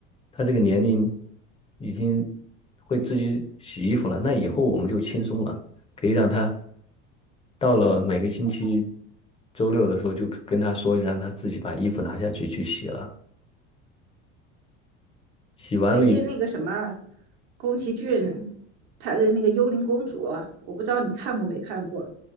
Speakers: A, on the left; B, on the right.
A: 他这个年龄已经会自己洗衣服了，那以后我们就轻松了，可以让他到了每个星期周六的时候，就跟他说一声让他自己把衣服拿下去去洗了。洗完了以后，
B: 最近那个什么，宫崎骏他的那个《幽灵公主》啊，我不知道你看过没看过，